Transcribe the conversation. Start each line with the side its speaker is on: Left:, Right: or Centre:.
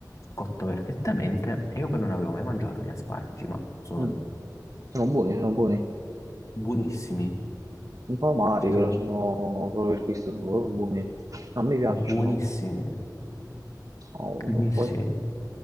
Left: cotto perfettamente. E io poi non avevo mai mangiato gli asparagi, ma sono
Right: Mm. Sono buoni, sono buoni.
Left: buonissimi,
Right: Un po' amari,
Left: cioè
Right: però
Left: sono
Right: sono proprio per questo sono proprio buoni. No, a me piacciono.
Left: buonissimi,
Right: Oh,
Left: buonissimi.
Right: poi.